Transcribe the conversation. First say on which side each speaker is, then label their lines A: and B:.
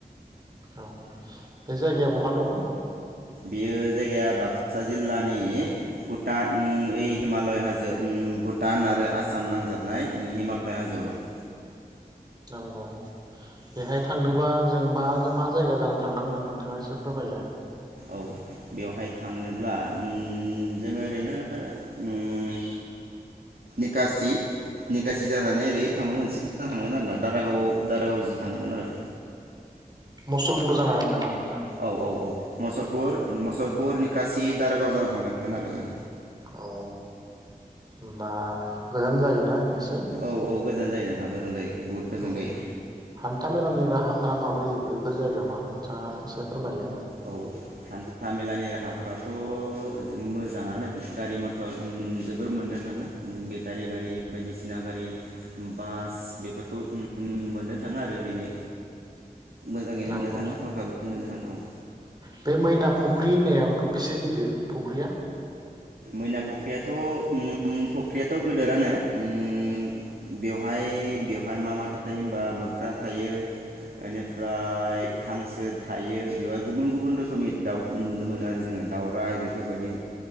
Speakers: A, on the right (about 25°); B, on the right (about 80°).
A: औ बे जायगाया बहा दं।
B: बियो जायगाया बाक्सा जिल्लानि भुटान उम ऐ हिमालय हाजो उम भुटान आरो आसाम नांजाबनाय हिमालय हाजोआव दं।
A: नंगौ बेहाय थांनोबा जों मा मा जायगा जानानै थांनांगोन नोंथाङा एसे फोरमायलाय।
B: औ बेवहाय थांनोब्ला उम जोङो ओरैनो उम निकासि निकासि जानानै ओरै थांनांगोन सिद्दा थांनांगोन आरोना दारागाव दारागाव जि थांनांगोन आरो
A: मसलपुर जानानै नामा? नोंथां
B: औ औ औ मसलपुर मुसलपुर निकासि दारागाव जाना थांनांगोन आरो जों
A: औ होनबा गोजान जायोना? एसे
B: औ औ गोजान जायो नोंथां गोजान जायो। बुहुद गोजान
A: औ
B: जायो
A: हान्था मेलानि राहा फोरा माबोरै बेफोर जायगायावहा नोंथाङा एसे फोरमायलाय।
B: औ हान्था मेलानि राहाफोराथ' ओजों मोजाङानो गारि मथर ओ जोब मोननो थाङो बेटारि गारि बायदिसिना गारि बास बेफोरखौ मोननो थाङो आरो ओरैनो मोजाङैनो
A: नांगौ
B: मोननो थाङो हरखाबैनो मोननो थाङो औ
A: बे मैना फुख्रि होननाया बेसे गिदिर फुख्रिया?
B: मैना फख्रियाथ' उम फख्रियाथ गोदोरानो उम बेवहाय बेवहाय मा मा थायो होनबा मोख्रा थायो इनिफ्राय हांसो थायो बेवहाय गुबुन गुबुन रोखोमनि दाउ नुनो मोनो आरो जोङो दाउराइ बेफोरबायदि।